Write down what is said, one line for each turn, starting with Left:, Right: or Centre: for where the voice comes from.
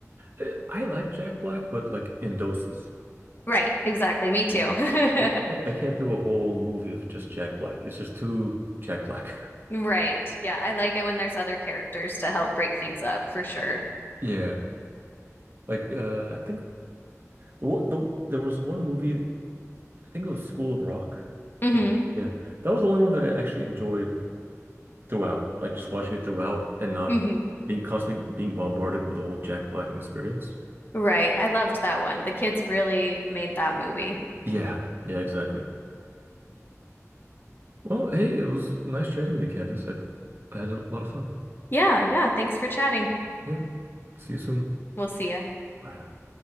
Right: I, I like Jack Black, but like in doses.
Left: Right, exactly. Me too.
Right: Yeah.
Left: <laughs>
Right: I can't do a whole movie of just Jack Black. It's just too Jack Black. <laughs>
Left: Right. Yeah, I like it when there's other characters to help break things up for sure.
Right: Yeah, like uh, I think the, one- the there was one movie. I think it was School of Rock.
Left: hmm
Right: Yeah, that was the only one that I actually enjoyed. throughout, like just watching it throughout and not
Left: hmm
Right: being constantly being bombarded with the whole Jack Black experience.
Left: Right. I loved that one. The kids really made that movie.
Right: Yeah. Yeah, exactly. Well, hey, it was nice chatting with you, Candace. I, I had a lot of fun.
Left: Yeah, yeah. Thanks for chatting.
Right: Yep. See you soon.
Left: We'll see ya.
Right: Bye.